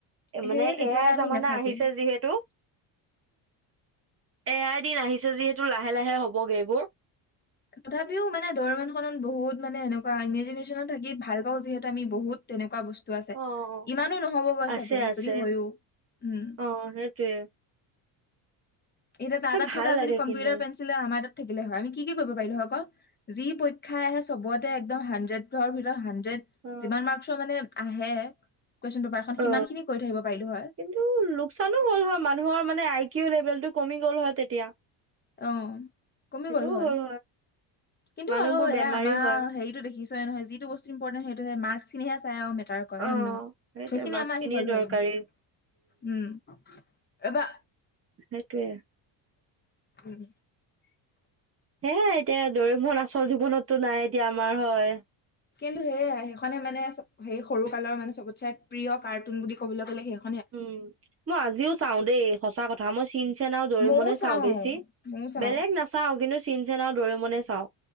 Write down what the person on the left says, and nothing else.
সেয়ে তেতিয়ালে
আমি
নাথাকিম
তথাপিও মানে দৰেমনখনত বহুত মানে এনেকোৱা ইমেজিনে্চনত থাকি ভাল পাওঁ যিহেতু আমি বহুত তেনেকোৱা বস্তু আছে
ইমানো নহবগৈ
চাগে
যদি হয়ো উম
এতিয়া তাৰ তাত
থকা
যদি কম্পিউটাৰ
পেঞ্চিলে আমাৰ তাত থাকিলে হয় আমি কি কি কৰিব পাৰিলো হয় আকৌ যি পৰীক্ষাই আহে চবত একদম হান্ডেডৰ ভিতৰত হান
যিমান মাৰ্ক্সৰ মানে আহে কুৱেশ্যন পেপাৰখন সিমানখিনি
কৰি থৈ আহিব পাৰিলো হয়
অ কমি
গল হয়
কিন্তু
আৰু এয়া
আমাৰ
হেৰিটো দেখিছই নহয় যিটো বস্তু ইম্পৰ্টেণ সেইটোহে মাৰ্ক চ খিনিহে চাই অ মে তাৰ কৰে
হয় নে নহয়
সেইখিনি
আমাৰ
আহি গ'ল হয়
কিন্তু উম এবা
উম
কিন্তু সেয়া সেইখনে মানে সেই সৰু কালৰ মানে চবতচে প্ৰিয় কাৰ্টুন বুলি ক'বলৈ গ'লে সেই
ময়ও চাও
ময়ও চাও